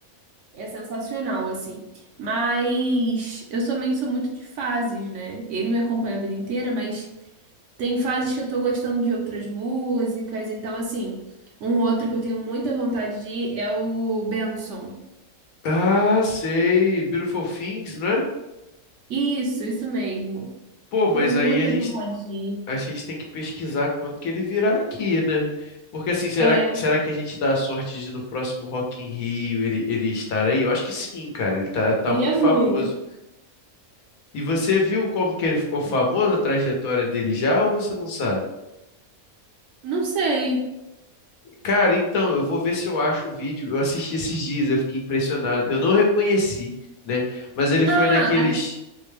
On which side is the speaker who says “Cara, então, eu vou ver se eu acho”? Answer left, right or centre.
Left